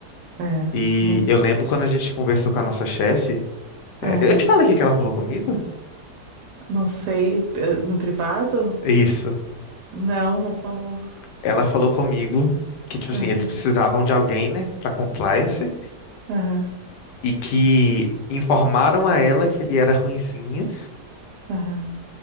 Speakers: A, on the right; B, on the left.
A: é.
B: E
A: Muito
B: eu lembro
A: triste.
B: quando a gente conversou com a nossa chefe. é,
A: É,
B: eu te falei o que que ela falou comigo?
A: não sei. eh, No privado?
B: Isso.
A: Não, não falou.
B: Ela falou comigo que, tipo
A: Aham,
B: assim, eles precisavam de alguém, né, pra compliance,
A: aham,
B: e que informaram a ela que ele era ruinzinha,
A: aham.